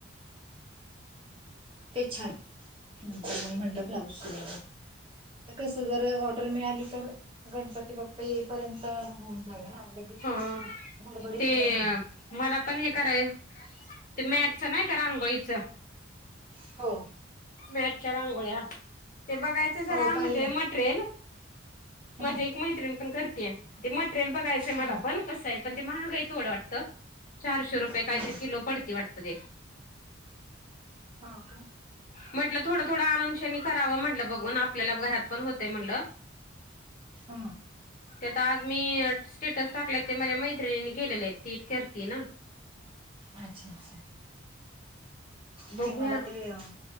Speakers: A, on the right (about 25°); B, on the left (about 40°).
A: ते छान मग म्हटलं ब्लाउज शिवावा. कस जर ऑर्डर मिळाली तर गणपती बाप्पा येईपर्यंत होऊन जाईल ना. लगेच
B: हो
A: गडबडीत
B: ते..
A: नाही होणार.
B: मला पण हे कराय ते मॅटच नाही का? रांगोळीचं.
A: हो.
B: मॅटच्या रांगोळ्या ते बघायच्या ते जरा
A: हो पाहिलं.
B: म्हणजे मटेरियल
A: हम्म
B: माझी एक मैत्रीण पण करते मटेरियल बघायच ते मला
A: हम्म
B: पण कसं आहे पण ते महागाई थोडं वाटतं चारशे रुपये काहीतरी
A: हम्म.
B: किलो पडती वाटत ते.
A: हा का?
B: म्हटलं थोडं थोडं आणून शाण करावं म्हटलं बघून आपल्याला घरात पण होतय म्हटलं.
A: हा
B: ते तर आज मी स्टेटस टाकलेत ते माझ्या मैत्रिणीनी केलेले आहेत, ती करती ना.
A: अच्छा अच्छा! !
B: बघूया
A: नाही मला ते